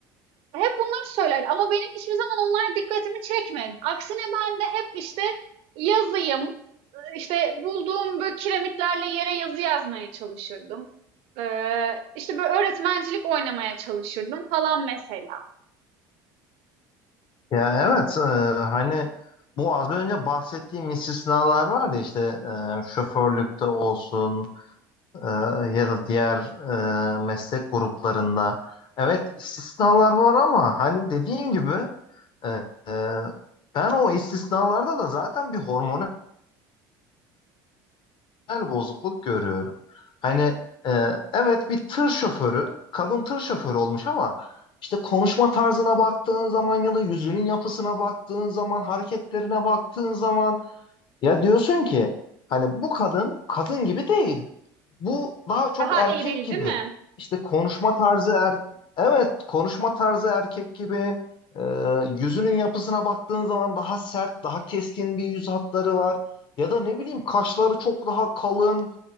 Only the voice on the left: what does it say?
Ya evet e, hani bu az önce bahsettiğim istisnalar var ya işte e, şoförlükte olsun e, ya da diğer e, meslek gruplarında. Evet istisnalar var ama hani dediğin gibi e, e, ben o istisnalarda da zaten bir hormonal moral bozukluk görüyorum. Hani e, evet bir tır şoförü, kadın tır şoförü olmuş ama işte konuşma tarzına baktığın zaman ya da yüzünün yapısına baktığın zaman, hareketlerine baktığın zaman ya diyorsun ki hani bu kadın kadın gibi değil. Bu daha çok
erkek
gibi.
İşte konuşma tarzı erkek. Evet, konuşma tarzı erkek gibi. Ee, yüzünün yapısına baktığın zaman daha sert, daha keskin bir yüz hatları var. Ya da ne bileyim kaşları çok daha kalın.